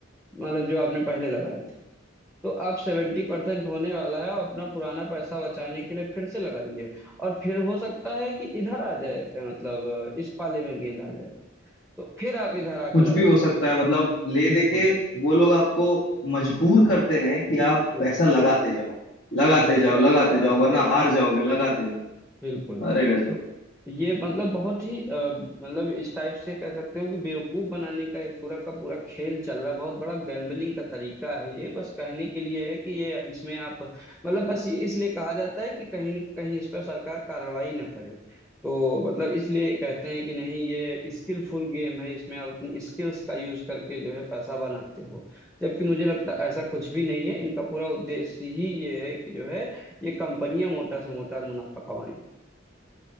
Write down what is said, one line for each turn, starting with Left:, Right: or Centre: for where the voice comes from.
Centre: मतलब जो आपने पहले लगाए थे तो आप सेवेंटी परसेंट होने वाला है और अपना पुराना पैसा बचाने के लिए फिर से लगाइए और फिर हो सकता है कि इधर आ जाए मतलब इस पाले में गेंद आ जाए तो फिर आप इधर आके
Left: कुछ
Centre: लगाइए
Left: भी हो सकता है मतलब ले
Centre: बिल्कुल
Left: दे के वो लोग आपको मजबूर करते हैं कि
Centre: बिल्कुल
Left: आप पैसा लगाते जाओ लगाते
Centre: बिल्कुल
Left: जाओ
Centre: बस
Left: लगाते जाओ
Centre: बस
Left: वरना
Centre: बस
Left: हार जाओगे लगाते जाओ
Centre: बिल्कुल
Left: अरे गजब
Centre: तो ये मतलब बहुत ही अ, मतलब इस टाइप से कह सकते हो कि बेवकूफ बनाने का एक पूरा का पूरा खेल चल रहा है बहुत बड़ा गैम्बलिंग का तरीका है ये बस कहने के लिए है कि ये इसमें आप मतलब बस ये इसलिए कहा जाता है कि कहीं न कहीं इस पर सरकार कार्रवाई ना करे तो मतलब इसलिए कहते हैं कि नहीं ये स्किलफुल गेम है इसमें आप अपनी स्किल्स का यूज करके जो है पैसा बनाते हो जबकि मुझे लगता है ऐसा कुछ भी नहीं है इनका पूरा उद्देश्य ही ये है कि जो है ये कंपनियां मोटा से मोटा मुनाफा कमाएं